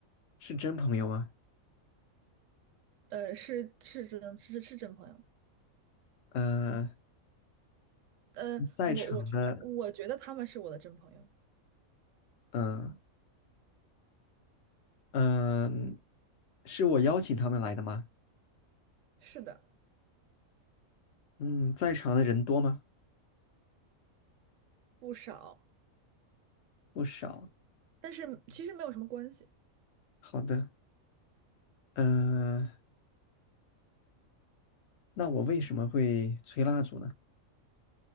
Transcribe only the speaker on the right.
呃，是是真是是真朋友。
呃，
我我觉得我觉得他们是我的真朋友，
是的，
不少，
但是其实没有什么关系